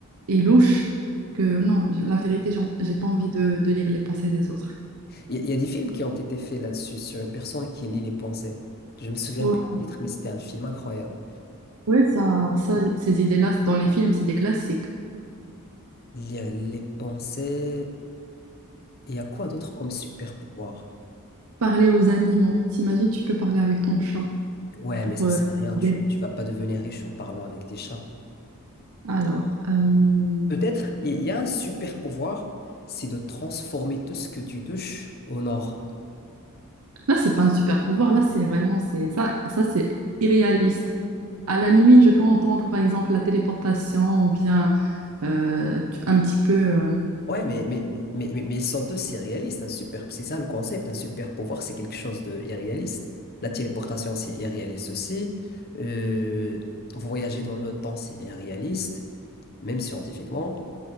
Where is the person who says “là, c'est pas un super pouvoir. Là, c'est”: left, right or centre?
Right